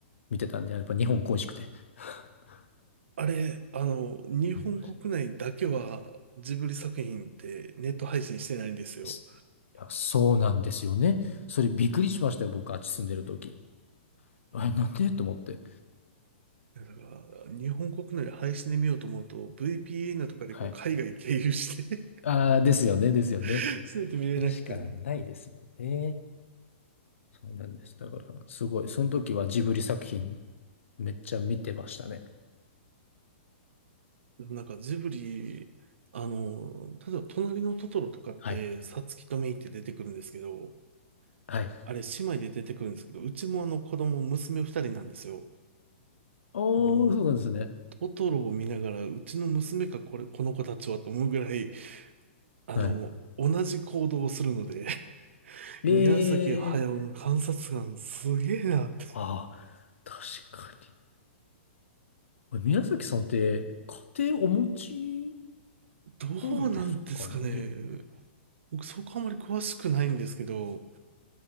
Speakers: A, on the left (about 85°); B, on the right (about 70°).
A: 見てたんで、やっぱ日本恋しくて。<laughs>
B: あ、あれ、あの、日本国内だけは、
A: 見てました
B: ジブリ作品ってネット配信してないんですよ。
A: すいや、そうなんですよね。それびっくりしましたよ、僕、あっち住んでる時。あれ、なんでと思って。
B: だから、日本国内で配信で見ようと思うと、VPN とかでこう海外経由して
A: はい。ああ、ですよね、ですよね。
B: <laughs> しないと <laughs> 見れなくて。
A: それしかないですもんね。そうなんです。だから、すごい。その時はジブリ作品めっちゃ見てましたね。
B: でもなんかジブリ、あの、例えば隣のトトロとかって、
A: はい
B: サツキとメイって出てくるんですけど、
A: はい。
B: あれ姉妹で出てくるんですけど、うちもあの子供、娘二人なんですよ。
A: おー、
B: もう、
A: そうなんですね。
B: トトロを見ながら、うちの娘かこれ、この子たちはと思うぐらい、あの、
A: は
B: 同じ行動をするので、<laughs>
A: い。
B: 宮崎駿の観察眼すげえなって。
A: えー、ああ、確かに。宮崎さんって、家庭お持ち
B: どうなんですかね。
A: なんですかね。
B: 僕そこあまり詳しくないんですけど、